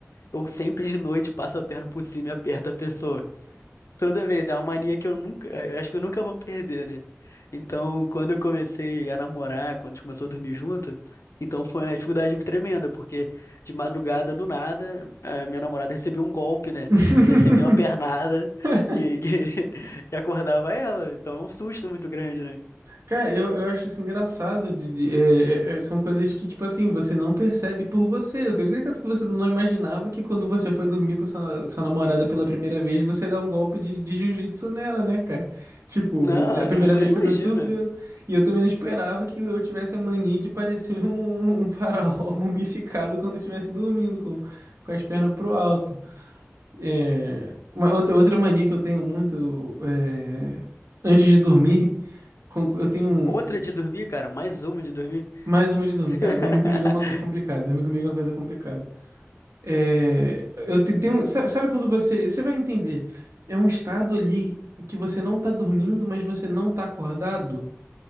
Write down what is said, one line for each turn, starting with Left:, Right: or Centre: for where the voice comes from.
Left: eu sempre de noite passo a perna por cima e aperto a pessoa. Toda vez, é uma mania que eu nunca, eu acho que eu nunca vou perder, né? Então, quando eu comecei a namorar, quando a gente começou a dormir junto, então foi uma dificuldade tremenda, porque de madrugada, do nada, a minha namorada recebia um golpe, né?
Right: <laughs>
Left: Eu recebia uma pernada que,
Right: <laughs>
Left: que, <laughs> que acordava ela. Então é um susto muito grande, né?
Right: Cara, eu, eu acho isso engraçado. De, de- é- é- é- são coisas que, tipo assim, você não percebe por você. Eu tenho certeza que você não imaginava que quando você foi dormir com sua, sua namorada pela primeira vez, você ia dar um golpe de, de jiu-jitsu nela, né, cara? Tipo,
Left: Não,
Right: a primeira
Left: não, nem
Right: vez
Left: imagina.
Right: pegou de surpresa. E eu também não esperava que eu tivesse a mania de parecer <laughs> um, um faraó <laughs> mumificado quando estivesse dormindo com, com as pernas pro alto. É, uma outra, outra mania que eu tenho muito é, antes de dormir, com- eu tenho um-
Left: Outra de dormir, cara, mais uma de dormir.
Right: mais uma de dormir,
Left: <laughs>
Right: cara. Dormir comigo é uma coisa complicada. Dormir comigo é uma coisa complicada. É, eu te- tenho, sa- sabe quando você, você vai entender? É um estado ali que você não tá dormindo, mas você não tá acordado.